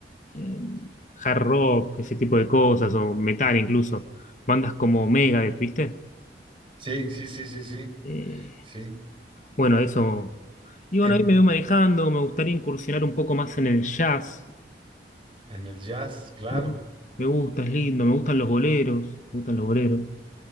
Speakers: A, on the left; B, on the right.
A: eh, hard rock, ese tipo de cosas, o metal incluso. Bandas como Megadeth, ¿viste?
B: sí, sí, sí, sí, sí,
A: Eh,
B: sí.
A: bueno, eso. Y bueno,
B: En,
A: ahí me voy manejando. Me gustaría incursionar un poco más en el jazz.
B: en el jazz, claro.
A: Me, gu- me gusta, es lindo. Me gustan los boleros. Me gustan los boleros.